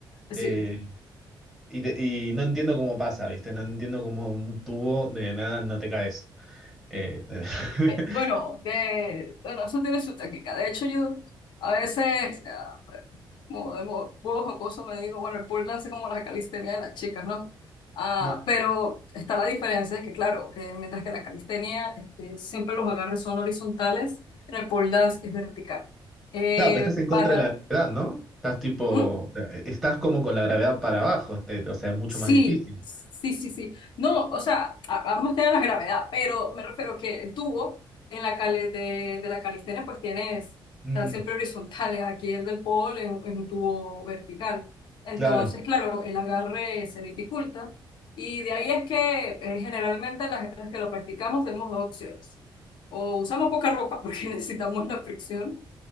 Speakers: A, on the left; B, in the centre.
A: sí.
B: Eh, y, te- y no entiendo cómo pasa, ¿viste? No entiendo cómo un tubo de nada no te caes. Eh, <laughs>
A: Eh, Bueno, de, bueno, eso tiene su técnica. De hecho, yo a veces, ah, como de mo- modo jocoso, me digo, bueno, el pole dance es como la calistenia de las chicas, ¿no? Ah,
B: no.
A: pero está la diferencia, que claro, eh, mientras que la calistenia este, siempre los agarres son horizontales, en el pole dance es vertical. Eh,
B: Claro, pero estás en contra
A: para,
B: de la gravedad, ¿no? Estás tipo,
A: ¿Mm?
B: o sea, estás como con la gravedad para abajo, este, o sea, es mucho
A: Sí,
B: más difícil.
A: sí, sí, sí. No, o sea, a- vamos a tener la gravedad, pero me refiero que el tubo en la cali- de, de la calistenia pues tienes,
B: Mm,
A: están siempre horizontales. Aquí el del pole es, un es un tubo vertical. Entonces,
B: claro,
A: claro, el agarre se dificulta y de ahí es que eh, generalmente las, las que lo practicamos tenemos dos opciones. O usamos poca ropa porque <laughs> necesitamos la fricción